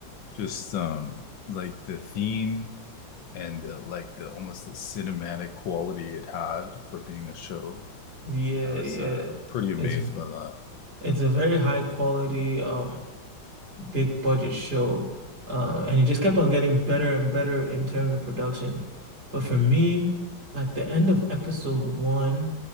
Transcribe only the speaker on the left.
just um like the theme and uh, like the almost the cinematic quality it had for being a show.
I was
uh, pretty amazed
by that.